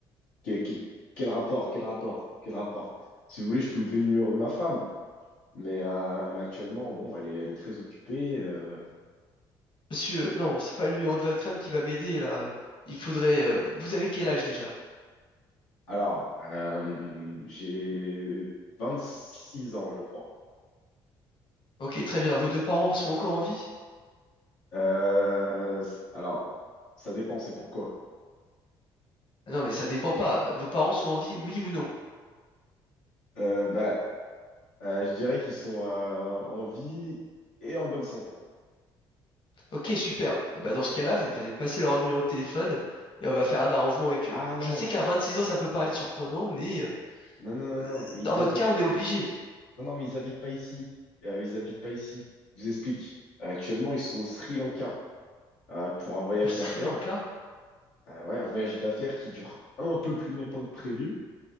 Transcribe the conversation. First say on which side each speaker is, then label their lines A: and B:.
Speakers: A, on the left; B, on the left.
A: que- que- quel rapport, quel rapport, quel rapport? Si vous voulez, je peux vous donner le numéro de ma femme. Mais, euh, mais actuellement, bon, elle est, elle est très occupée. euh.
B: Monsieur, euh, non, c'est pas le numéro de votre femme qui va m'aider là. Il faudrait. euh, vous avez quel âge déjà?
A: alors, euh, j'ai 26 ans, je crois.
B: Ok, très bien. Vos deux parents sont encore en vie?
A: Euh, alors, ça dépend, c'est pourquoi.
B: Ah Non, mais ça dépend pas. Vos parents sont en vie, oui ou non?
A: Euh, bah, euh, je dirais qu'ils sont euh, en vie et en bonne santé.
B: Ok, super. Et bah dans ce cas-là, vous, vous allez me passer leur numéro de téléphone et on va faire un arrangement avec
A: Ah
B: eux.
A: non,
B: Je sais qu'à 26 ans, ça peut paraître
A: non,
B: surprenant, mais euh,
A: non, non, non,
B: euh,
A: non, mais
B: dans
A: ils
B: votre
A: habitent
B: cas, on est obligé.
A: Non, non, mais ils habitent pas ici. Euh, ils habitent pas ici. Je vous explique. Euh, actuellement, ils sont au Sri Lanka euh, pour un voyage
B: Au Sri
A: d'affaires.
B: Lanka?
A: Euh, ouais, un voyage d'affaires qui dure un peu plus longtemps que prévu.